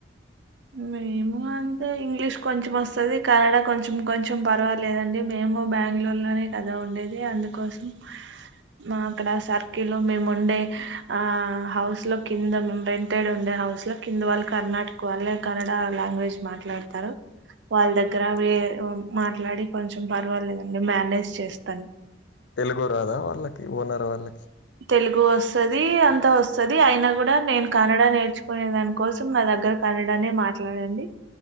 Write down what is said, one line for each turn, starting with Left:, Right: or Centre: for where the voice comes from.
Right: మేము అంతే ఇంగ్లీష్ కొంచం వస్తది కనడ కొంచెం కొంచెం పర్వాలేదండి మేము బెంగళూరులోనే కథ ఉండేది అందుకోసం మాక్కడ సార్ కిలో మేము ఉండే ఆ హౌస్ లో కిందే రెంటెడ్ ఉండే హౌస్ లో కింద వాళ్ళు కర్ణటక వాళ్ళ కన్నడ లాంగ్వేజ్ మాట్లాడతారు వాళ్ళ దగ్గర అవే మాట్లాడి కొంచెం పర్వాలేదండి మేనేజ్ చేస్తాను
Left: తెలుగు రాదా వాళ్ళకి ఓనర్ వాళ్ళకి
Right: తెలుగు వస్తుది అంతా వస్తుది అయిన కూడా నేను కన్నడ నేర్చుకునే దానికోసం మా దగ్గర కనడనే మాట్లాడండి